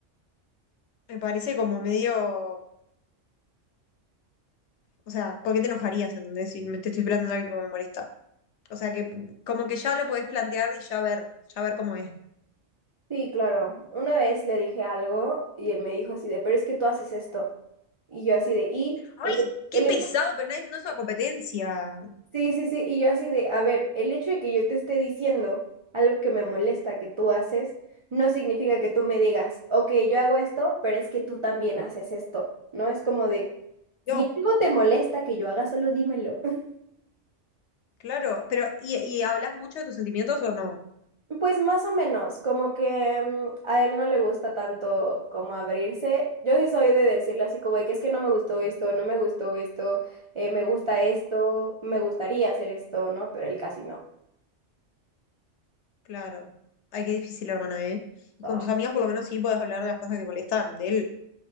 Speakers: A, on the left; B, on the right.
A: me parece como medio, o sea, ¿por qué te enojarías, entendés? Si me te estoy esperando algo que me molesta. O sea que como que ya lo podés plantear y ya ver, ya ver cómo es.
B: sí, claro. Una vez le dije algo y él me dijo así de, pero es que tú haces esto. Y yo así de, y
A: ¡Ay!
B: él,
A: ¡Qué
B: él
A: pesado! Pero nadie no es una competencia.
B: Sí, sí, sí, y yo así de, a ver, el hecho de que yo te esté diciendo algo que me molesta que tú haces, no significa que tú me digas, ok, yo hago esto, pero es que tú también haces esto, ¿no? Es como de, si
A: Yo,
B: algo te molesta que yo haga, solo dímelo. <laughs>
A: claro. Pero, ¿y, y hablas mucho de tus sentimientos o no?
B: Pues más o menos, como que mm, a él no le gusta tanto como abrirse. Yo sí soy de decirle así como de que es que no me gustó esto, no me gustó esto, eh, me gusta esto, me gustaría hacer esto, ¿no? Pero él casi no.
A: Claro. Ay, qué difícil, hermana, ¿eh? Y
B: Ah.
A: con tus amigas por lo menos sí podés hablar de las cosas que te molestan, de él.